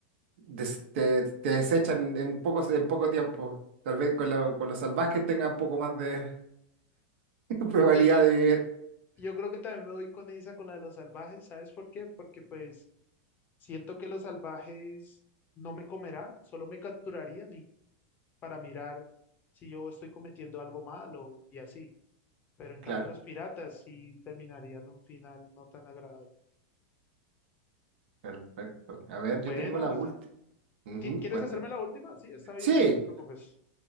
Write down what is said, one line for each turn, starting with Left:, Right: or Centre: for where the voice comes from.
Right: des- te, te desechan en pocos, en poco tiempo. Tal vez con, la- con los salvajes tengan un poco más de <laughs> probabilidad
Left: Sí, yo,
Right: de vivir.
Left: yo creo que también me voy con esa, con la de los salvajes, ¿sabes por qué? Porque pues... Siento que los salvajes no me comerán, solo me capturarían y para mirar si yo estoy cometiendo algo malo y así. Pero en
Right: Claro.
Left: cambio los piratas sí terminarían un final no tan agradable.
Right: Perfecto. A ver,
Left: Bueno,
Right: yo tengo la última. Ujú,
Left: ¿qui- ¿quieres
Right: cuenta.
Left: hacerme la última? Sí, está bien,
Right: Sí,
Left: no te preocupes.